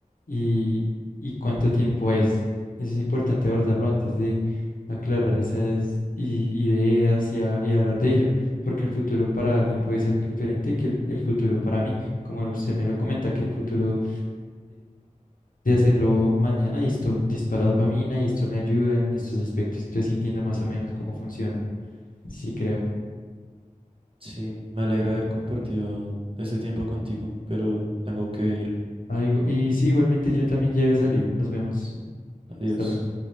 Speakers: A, on the left; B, on the right.
A: y, y cuánto tiempo es. Eso es importante abordarlo antes de aclarar esas i- ideas y, a- y hablar de ello, porque el futuro para alguien puede ser muy diferente que el, el futuro para mí, como usted me lo comenta, que el futuro de hacerlo mañana y esto dispara dopamina y esto me ayuda en estos aspectos. estoy sintiendo más o menos cómo funciona. Sí, creo.
B: Sí, me alegra haber compartido este tiempo contigo, pero tengo que irme.
A: Ah, igu- y sí, igualmente yo también llego a salir. Nos vemos.
B: Adiós.
A: Hasta luego.